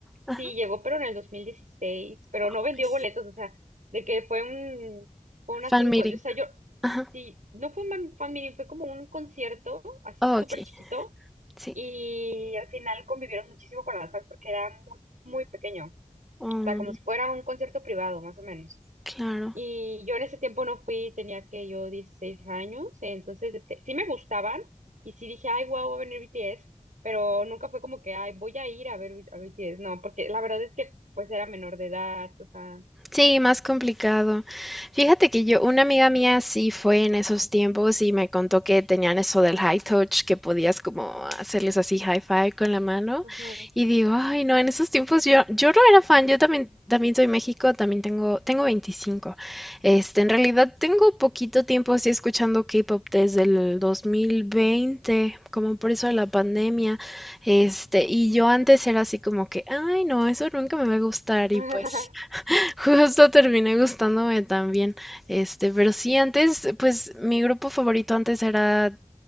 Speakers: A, in the centre; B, on the right (about 80°).
A: Ajá,
B: sí llegó, pero en el 2016, pero no vendió
A: pues,
B: boletos, o sea, de que fue un, fue un así
A: Fan
B: un,
A: meeting.
B: con- o sea, yo,
A: Ajá.
B: sí, no fue un fan fan meeting, fue como un concierto así
A: Oh,
B: súper
A: ok,
B: chiquito
A: sí.
B: Y al final convivieron muchísimo con las fans porque era muy, muy pequeño, o
A: Oh,
B: sea, como si fuera un concierto privado, más o menos.
A: claro.
B: Y yo en ese tiempo no fui, tenía que yo 16 años, entonces este, sí me gustaban y sí dije, ay, wow, va a venir BTS, pero nunca fue como que, ay, voy a ir a ver a BTS, no, porque la verdad es que pues era menor de edad, o sea.
A: Sí, más complicado. Fíjate que yo, una amiga mía sí fue en esos tiempos y me contó que tenían eso del high touch, que podías como hacerles así high five con la mano.
B: ujú.
A: Y digo, ay, no, en esos tiempos yo, yo no era fan, yo también, también soy México, también tengo, tengo 25. Este, en realidad tengo poquito tiempo así escuchando K-pop desde el 2020, como por eso de la pandemia. Este, y yo antes era así como que, ay, no, eso nunca me va a gustar y
B: <laughs>
A: pues... Justo terminé gustándome también. Este, pero sí, antes, pues mi grupo favorito antes era